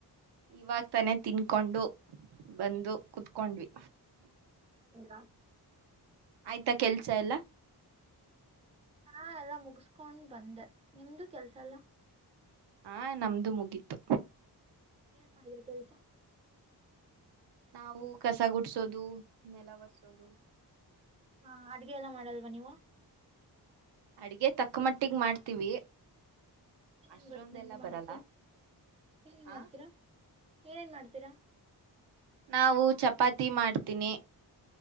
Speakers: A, on the right; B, on the right.
A: ಇವಾಗ ತಾನೆ ತಿನ್ಕೊಂಡು ಬಂದು ಕುೂತ್ಕೊಂಡ್ವಿ
B: <inaudible>
A: ಆಯ್ತಾ ಕೆಲ್ಸ ಎಲ್ಲಾ
B: ಹಾ ಎಲ್ಲಾ ಮುಗಿಸ್ಕೊಂಡ್ ಬಂದೆ ನಿಮ್ದು ಕೆಲ್ಸ ಎಲ್ಲಾ
A: ಆ ನಮ್ದು ಮುಗೀತು
B: ಏನ್ ಮಾಡಿದ್ರಿ ಕೆಲ್ಸ
A: ನಾವು ಕಸ ಗುಡ್ಸೋದು ನೆಲ ಹೋರಿಸೋದು
B: ಹಾ ಅಡ್ಗೆ ಎಲ್ಲ ಮಾಡಲ್ವ ನೀವು
A: ಅಡಗೆ ತಕ್ಕ ಮಟ್ಟಿಗೆ ಮಾಡ್ತೀವಿ
B: ಏನೇನು
A: ಅಷ್ಟೊಂದೆಲ್ಲ
B: ಬರುತ್ತೆ ನಿಮ್ಗೆ ಮಾಡೋಕ್ಕೆ
A: ಬರಲ್ಲ
B: ಏನೇನು
A: ಆ
B: ಮಾಡ್ತೀರಾ ಏನೇನು ಮಾಡ್ತೀರಾ
A: ನಾವು ಚಪಾತಿ ಮಾಡ್ತೀನಿ